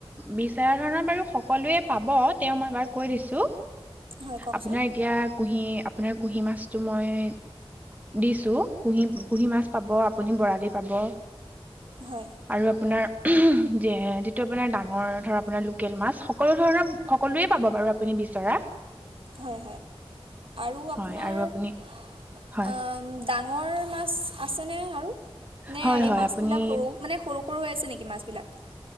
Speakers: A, on the right; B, on the right.
A: বিচৰা ধৰণৰ বাৰু সকলোৱে পাব। তেওঁ মই এবাৰ কৈ দিছোঁ।
B: হয় কওকচোন
A: আপোনাৰ এতিয়া কুহি আপোনাৰ কুঁহি মাছটো মই দিছোঁ। কুঁহি- কুঁহি মাছ পাব, আপুনি বৰালি পাব
B: হয়
A: আৰু আপোনাৰ উহ যে যিটো আপোনাৰ ডাঙৰ ধৰ আপোনাৰ লোকেল মাছ সকলো ধৰণৰ সকলোৱে পাব বাৰু আপুনি বিচৰা
B: হয় হয় আৰু আপোনাৰ
A: হয় আৰু আপুনি
B: অ'-
A: হয়
B: উম ডাঙৰ মাছ আছেনে? আৰু নে
A: হয়
B: এই
A: হয়
B: মাছবিলাক
A: আপুনি
B: সৰু- মানে সৰু - সৰু হৈ আছে নেকি মাছবিলাক?